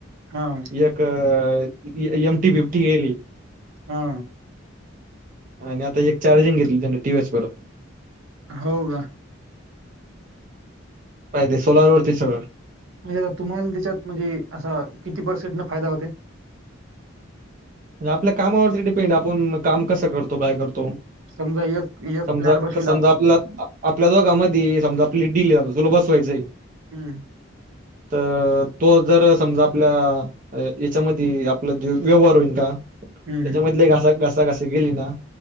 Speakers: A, on the right; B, on the right.
A: हां,
B: एक अ एम टी फिफ्टी गेली.
A: हा.
B: आणि आता एक चार्जिंग घेतली त्यांन टी व्ही यस परत.
A: हो का?
B: पाहि ते सोलार वरती सगळं.
A: म्हणजे आ तुम्हाला त्याच्यात म्हणजे असा किती पर्सेंट न फायदा होते?
B: णते आपल्या कामावरती डिपेंड. आपण काम कसं करतो काय करतो..
A: समजा एक एक
B: समजा,
A: प्लांट बसविला
B: समजा
A: आपण.
B: आप -आपल्या दोघामध्ये समजा डिली सम <unintelligible> तुल बसवायचं हाय?
A: हम्म.
B: त तो जर समजा आपल्या याच्यामध्ये आपला. जो व्यवहार होईल का? त्याच्यामधले
A: हं,
B: घाास--घास कशी गेली ना.